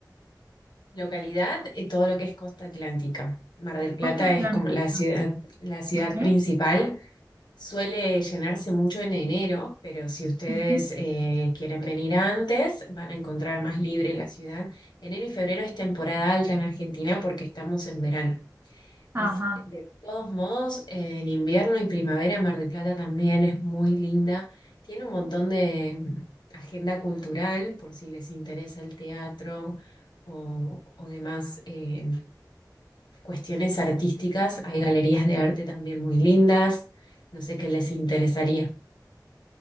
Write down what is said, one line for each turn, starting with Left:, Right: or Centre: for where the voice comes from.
Left: Localidad, eh, todo lo que es costa atlántica. Mar del Plata
Right: Costa Atlántica,
Left: es como la ciudad, la ciudad
Right: ¿vale?
Left: principal Suele llenarse mucho en enero, pero si ustedes
Right: Ujú.
Left: eh, quieren venir antes, van a encontrar más libre la ciudad. Enero y febrero es temporada alta en Argentina porque estamos en verano. Así-
Right: Ajá.
Left: de todos modos, eh, en invierno y primavera Mar del Plata también es muy linda. Tiene un montón de mm, agenda cultural por si les interesa el teatro o, o demás eh, cuestiones artísticas. Hay galerías de arte también muy lindas. No sé qué les interesaría.